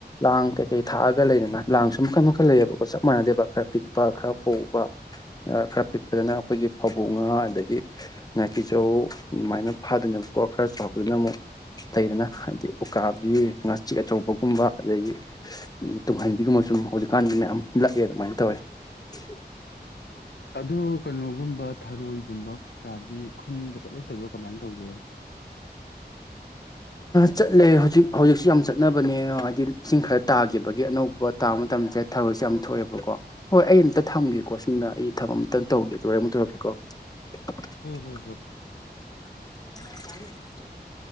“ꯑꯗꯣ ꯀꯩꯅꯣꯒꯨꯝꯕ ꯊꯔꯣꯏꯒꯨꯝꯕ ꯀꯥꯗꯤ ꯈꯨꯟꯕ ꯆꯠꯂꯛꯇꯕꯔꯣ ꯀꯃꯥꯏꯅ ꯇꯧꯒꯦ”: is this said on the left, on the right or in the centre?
Left